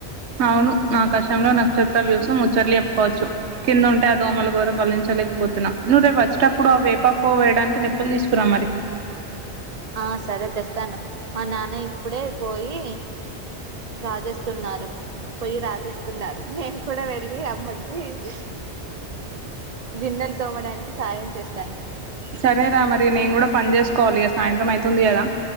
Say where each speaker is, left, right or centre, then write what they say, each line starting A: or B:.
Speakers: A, on the right (about 75°); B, on the right (about 40°).
A: అవును మా కష్ శంలో నక్షత్రాలు చూసుకొని ముచ్చట్లు చెప్పుకోవచ్చు కింద ఉంటే ఆ దోమల గోర బలించలేకపోతున్నా నువ్వు రేపు వచ్చేటప్పుడు ఆ వేప పోవు వేయడానికి నిప్పులు తీసుకురా మరి
B: ఆ సరే తెస్తాను మా నాన్న ఇప్పుడే పోయి రాజేస్తున్నారు పోయి రాజేస్తున్నారు నేను కూడా వెళ్ళి అమ్మకి ఈ గిన్నెలు తోమడానికి సాయం చేస్తాను
A: సరేరా మరి నేను కూడా పని చేస్ కోవాలి ఇగా సాయంత్రం అయితుంది కదా